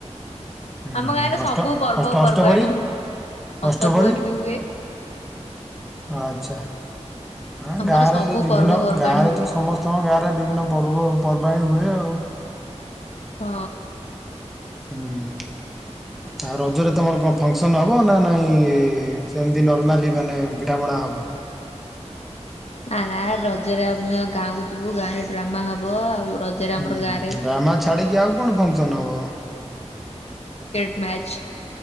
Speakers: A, in the centre; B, on the left.
A: ହୁଁ
B: ଆମ
A: ହୁଁ
B: ଗାଁରେ
A: ଅଷ୍ଟ
B: ସବୁ ପର୍ବପର୍ବାଣୀ
A: ଅଷ୍ଟ ଅଷ୍ଟପରି ଅଷ୍ଟପରି
B: ଅଷ୍ଟ ପ୍ରହରୀ ବି ହୁଏ।
A: ଆଚ୍ଛା। ହଁ
B: ଆମର
A: ଗାଁରେ
B: ସବୁ
A: ବିଭିନ୍ନ
B: ପର୍ବପର୍ବାଣୀ
A: ଗାଁ ରେ
B: ହୁଏ
A: ତ ସମସ୍ତଙ୍କ ଗାଁରେ ବିଭିନ୍ନ ପର୍ବ ପର୍ବାଣୀ ହୁଏ ଆଉ।
B: ହଁ।
A: ହୁଁ ଆଉ ରଜରେ ତମର କଣ ଫଙ୍କସନ ହବ ନା ନାଇଁ ସେମତି ନର୍ମାଲି ମାନେ ପିଠା ପଣା ହବ?
B: ନା ନା ରଜରେ ଆମେ ଗାଁ କୁ ଯିବୁ ଗାଁ ରେ ଡ୍ରାମା ହବ ଆଉ ରଜରେ ଆମର
A: ହୁଁ
B: ଗାଁରେ
A: ଡ୍ରାମ ଛାଡିିକି ଆଉ କଣ ଫକ୍ସନ ହବ?
B: ମ୍ୟାଚ୍।